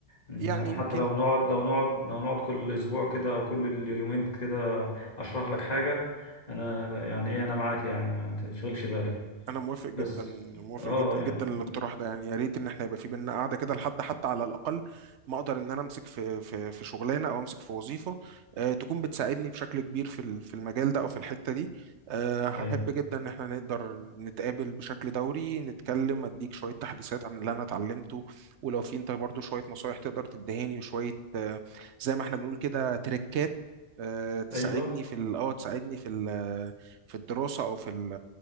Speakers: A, on the left (about 35°); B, on the right (about 75°).
A: يعني
B: يعني يمكن
A: حتى لو نقعد لو نقعد لو نقعد كل اسبوع كده او كل يومين كده اشرح لك حاجة انا يعني ايه انا معاك يعني ما تشغلش بالك
B: انا موافق جدا
A: بس
B: موافق
A: اه
B: جدا
A: يعني
B: جدا للاقتراح ده يعني يا ريت ان احنا يبقى في بينا قاعده كده لحد حتى على الاقل ما اقدر ان انا امسك في في في شغلانه او امسك في وظيفه آه تكون بتساعدني بشكل كبير في ال- في المجال ده او في الحته دي آه هحب
A: هاي
B: جدا ان احنا نقدر نتقابل بشكل دوري نتكلم اديك شويه تحديثات عن اللي انا اتعلمته ولو في انت برضو شويه نصايح تقدر تدهاني وشويه آه زي ما احنا بنقول كده تريكات آه، تساعدني
A: ايوه
B: في ال- اه تساعدني في ال- آه، في الدراسه او في ال-